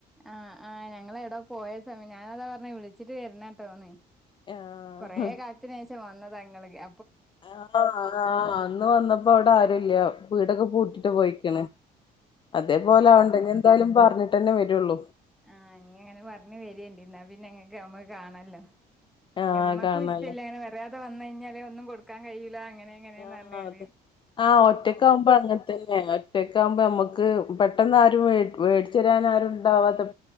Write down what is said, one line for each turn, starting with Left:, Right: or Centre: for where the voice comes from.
Centre: ആഹ്, ആഹ് ഞങ്ങളെടോ പോയ സമയം, ഞാനതാ പറഞ്ഞെ വിളിച്ചിട്ട് വരണട്ടോ ന്ന്
Left: ആഹ്
Centre: കുറേക്കാലത്തിനുശേഷം വന്നതാണ് ഇങ്ങള് അടുത്തേക്ക്
Left: ആ ആഹ് അന്ന് വന്നപ്പോ അവിടെ ആരും ഇല്ല വീടൊക്കെ പൂട്ടിട്ട്
Centre: ആഹ്
Left: പോയിക്കണ് അതേപോലെ
Centre: ആഹ് അതാണ്
Left: ആവണ്ട ഇനി എന്തായാലും പറഞ്ഞിട്ട് തന്നെ വരുള്ളൂ
Centre: ആഹ് ഇനീ അങ്ങനെ പറഞ്ഞ് വരേണ്ടീ എന്നാ പിന്നെ എങ്ങക്ക് നമ്മക്ക് കാണാല്ലോ പിന്നെ
Left: ആഹ്
Centre: ഞമ്മക്കും
Left: കാണാലോ
Centre: ഇഷ്ടവില്ല അങ്ങനെ പറയാതെ വന്ന് കഴിഞ്ഞാല് ഒന്നും കൊടുക്കാൻ കഴിയൂല്ല അങ്ങ എങ്ങനെയാണെന്ന്
Left: ആഹ്
Centre: വരുന്നേ അറിയാം
Left: അതെ ആഹ് ഒറ്റക്ക്‌ ആവുമ്പോ അങ്ങനെ തന്നെയാ ഒറ്റക്ക്‌ ആവുമ്പോ നമ്മുക്ക് പെട്ടെന്ന് ആരും വീ വീ വരാൻ ആരുണ്ടാവാത്തെ